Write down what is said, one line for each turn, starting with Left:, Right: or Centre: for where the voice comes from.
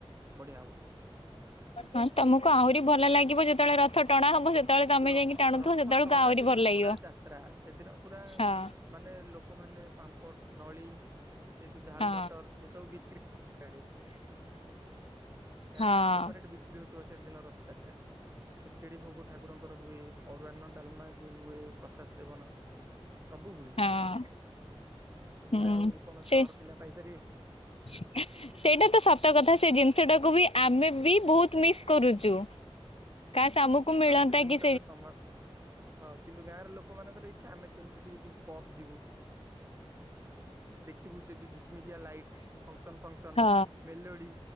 Right: ବଢିଆ ହବ
Left: ହଁ ତମକୁ ଆହୁରି ଭଲ ଲାଗିବ ଯେତେବେଳେ ରଥ ଟଣା ହବ ସେତେବେଳେ ତମେ
Right: ରଥ
Left: ଯାଇକି ଟାଣୁଥିବ
Right: ରଥ
Left: ସେତେବେଳକୁ
Right: ଟଣା
Left: ଆହୁରି
Right: ଦିନ
Left: ଭଲ ଲାଗିବ।
Right: ପୁରା ଯାତ୍ରା ସେଦିନ ପୁରା
Left: ହଁ
Right: ମାନେ ଲୋକମାନେ ପାମ୍ପଡ଼ ନଳି ସେ ଯଉ ଝାଲ
Left: ହଁ
Right: ମଟର ଏ ସବୁ ବିକ୍ରି- ଗାଁରେ
Left: ହଁ
Right: ସେପାରେଟ ବିକ୍ରି ହଉଥିବ ସେଦିନ ରଥଯାତ୍ରା ଖେଚେଡି ଭୋଗ ଠାକୁରଙ୍କର ହୁଏ ଅରୁରାର୍ଣ ଡାଲମା ଯୋଉ ହୁଏ ପ୍ରସାଦ ସେବନ ସବୁ ହୁଏ।
Left: ହଁ
Right: ଏଗୁଡା
Left: ହୁଁ
Right: ଆଉ କଣ
Left: ସେ
Right: ସହର ପିଲା ପାଇପାରିବେ
Left: <unintelligible> ସେଇଟା ତ ସତ କଥା ସେ ଜିନିଷ ଟାକୁ ବି ଆମେ ବି ବହୁତ ମିସ୍ କରୁଛୁ କାସ୍ ଆମକୁ
Right: କାରଣ
Left: ମିଳନ୍ତା
Right: ସେ ଜିନିଷ
Left: କି
Right: ଟା ସମସ୍ତେ, ହଁ କିନ୍ତୁ ଗାଁର ଲୋକମାନଙ୍କର ଇଚ୍ଛା ଆମେ କେମିତି ଟିକେ ଯିବୁ ପପ୍ ଯିବୁ ଦେଖିବୁ ସେ ଯୋଉ ଝିକିମିକିଆ ଲାଇଟ ଫଙ୍କସନ ଫଙ୍କସନ
Left: ହଁ
Right: ମେଲୋଡି